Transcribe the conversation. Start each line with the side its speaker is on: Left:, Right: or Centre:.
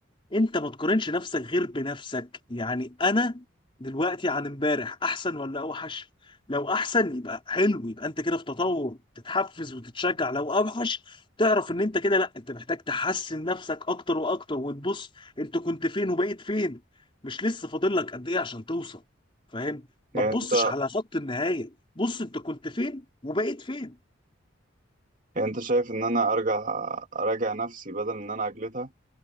Left: انت ما تقارنش نفسك غير بنفسك يعني انا دلوقتي عن امبارح احسن ولا اوحش لو احسن يبقى حلو يبقى انت كده في تطور تتحفز وتتشجع لو اوحش تعرف ان انت كده لا انت محتاج تحسن نفسك اكتر واكتر وتبص انت كنت فين وبقيت فين مش لسه فاضل لك قد ايه عشان توصل فاهم ما
Right: يعني
Left: تبصش
Right: انت
Left: على خط النهاية بص انت كنت فين وبقيت فين
Right: يعني انت شايف ان انا ارجع اراجع نفسي بدل ان انا اجلدها